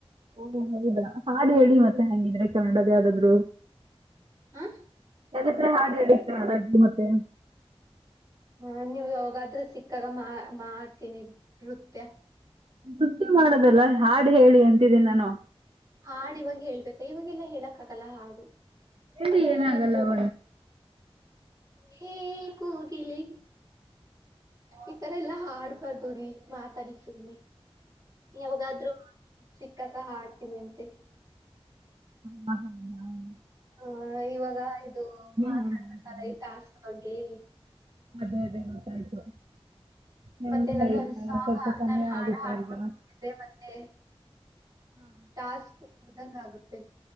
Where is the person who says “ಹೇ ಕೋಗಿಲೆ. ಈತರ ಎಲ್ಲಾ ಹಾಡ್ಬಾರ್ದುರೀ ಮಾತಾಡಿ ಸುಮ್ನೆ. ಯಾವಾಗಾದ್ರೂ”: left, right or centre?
Right